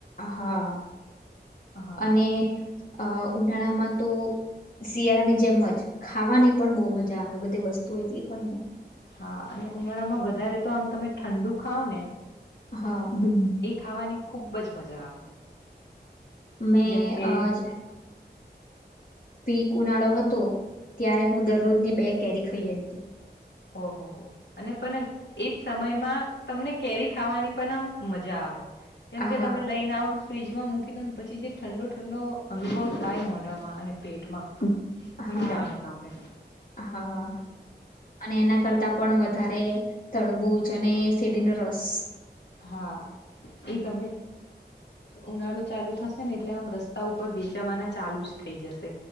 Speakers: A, on the left; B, on the left.
A: હા
B: હા
A: અને અ ઉનાળામાં તો શિયાળાની જેમ જ ખાવાની પણ બહુ મજા આવે બધી વસ્તુ એટલી હોય ને
B: હા અને ઉનાળામાં વધારે તો આમ તમે ઠંડુ ખાાવ ને
A: હા
B: ખાવાની ખુબ જ મજા આવે.
A: મેં
B: જેમ કે
A: આજ પીક ઉનાળો હતો. ત્યારે, હું દરરોજની બે કેરી ખઇ જઈ હતી.
B: ઓહો હો અને પણ એજ સમયમાં તમને કેરી ખાવાની પણ આમ મજા આવે. કેમકે,
A: હા
B: તમે લઈને આવ ફ્રીજમાં મૂકી દોને પછી જે ઠંડો ઠંડો અનુભવ થાય મોઢામાં અને પેટમાં ઘણી
A: હા
B: રાહત આપે.
A: હા અને એના કરતા પણ વધારે તળબુજ અને શેરડીનો રસ
B: હા! એ તમે ઉનાળો ચાલુ થશે ને એટલે આમ રસ્તા ઉપર વેચાવાના ચાલુ જ થઈ જશે.